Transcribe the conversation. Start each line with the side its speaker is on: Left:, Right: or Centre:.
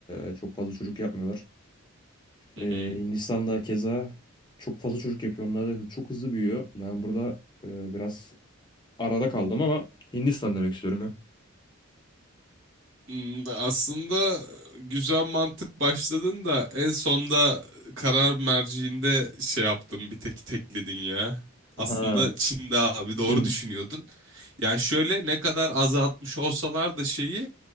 Left: E, çok fazla çocuk yapmıyorlar.
Right: Hı
Left: E,
Right: hı.
Left: Hindistan'da keza çok fazla çocuk yapıyor. Onlar da hı- çok hızlı büyüyor. Yani burada e, biraz arada kaldım ama Hindistan demek istiyorum ya.
Right: Hmm, Aslında güzel mantık başladın da en sonda karar merciinde şey yaptın bir tek tekledin ya. Aslında
Left: Ha,
Right: Çin'de abi
Left: Çin.
Right: doğru düşünüyordun. Yani şöyle ne kadar azaltmış olsalar da şeyi